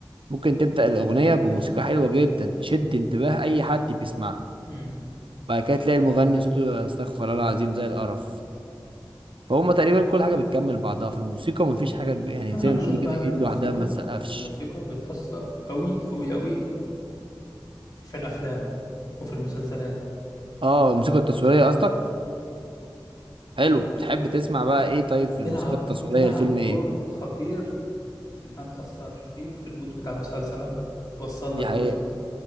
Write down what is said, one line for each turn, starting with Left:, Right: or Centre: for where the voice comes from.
Right: ممكن تبدأ الأغنية بموسيقى حلوة جدا تشد انتباه أي حد بيسمعها
Left: امم
Right: بعد كده تلاقي المغني صوته استغفر الله العظيم زي القرف فهم تقريبا كل حاجه بتكمل بعضها في الموسيقى مفيش حاجه ب- يعني
Left: انا
Right: زي
Left: بشوف
Right: ما بيقولوا كده
Left: بقى
Right: ايه
Left: ان الموسيقى
Right: لوحدها ما تسقفش
Left: الموسيقى بتأثر قوي قوي قوي في الافلام وفي المسلسلات
Right: اه الموسيقى التصويريه قصدك حلو بتحب تسمع بقى ايه طيب في
Left: بتلعب
Right: الموسيقى التصويريه
Left: بتلعب
Right: الفيلم ايه
Left: دور خطير في انها تأثر فيك في المود بتاع المسلسل عامة توصل
Right: دي
Left: لك
Right: حقيقه
Left: المسلسل